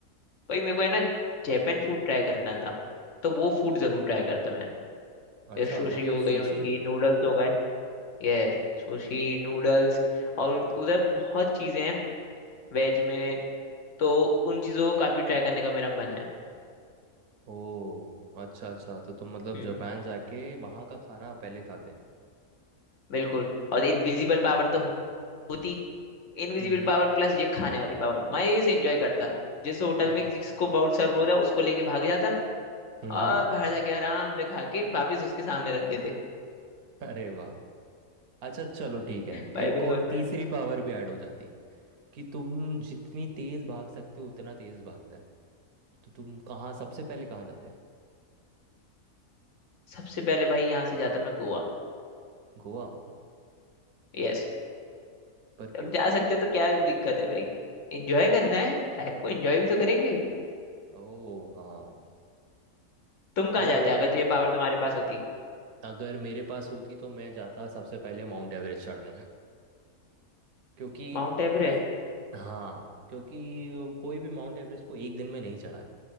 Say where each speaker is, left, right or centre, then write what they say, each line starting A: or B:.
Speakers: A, on the left; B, on the right.
A: भाई मेरे को है ना जापान फूड ट्राई करना था तो वो फूड जरूर ट्राई करता मैं
B: अच्छा
A: ये सुशी
B: मतलब
A: हो गई
B: सुशी
A: उनकी नूडल्स हो गए यस Sushi noodles और उन- उधर बहुत चीजें हैं वेज में तो उन चीजों को काफी ट्राई करने का मेरा मन है
B: ओ अच्छा अच्छा तो तुम मतलब
A: हम्म
B: जापान जाके वहाँ का खाना पहले खाते हैं
A: बिल्कुल और इनविजिबल पावर तो हो- होती इनविजिबल
B: हम्म हम्म
A: पावर प्लस ये खाने वाली पावर मजे से एंजॉय करता जिस होटल
B: <laughs> हाँ
A: में
B: हाँ,
A: जिसको बाउल सर्व होता उसको लेके भाग जाता
B: हम्म
A: और
B: हम्म
A: बाहर जाके आराम से खा के वापिस उसके सामने रख देते
B: अरे वाह अच्छा चलो ठीक है
A: भाई
B: एक
A: बिल्कुल
B: और तीसरी पावर भी ऐड हो जाती कि तुम जितनी तेज भाग सकते हो उतना तेज भागते हैं तो तुम कहाँ सबसे पहले कहाँ जाते हैं
A: सबसे पहले भाई यहाँ से जाता मैं गोवा
B: गोवा
A: यस
B: पर क्यों
A: अब जा सकते हो तो क्या दिक्कत है भाई एंजॉय करना है लाइफ को एंजॉय भी तो करेंगे
B: ओह हाँ
A: तुम कहाँ
B: अगर
A: जाते
B: मेरे
A: अगर ये पावर तुम्हारे पास होती
B: अगर मेरे पास होती तो मैं जाता सबसे पहले माउंट एवरेस्ट चढ़ने क्योंकि
A: Mount Everest
B: मैं हाँ क्योंकि कोई भी माउंट एवरेस्ट को एक दिन में नहीं चढ़ा है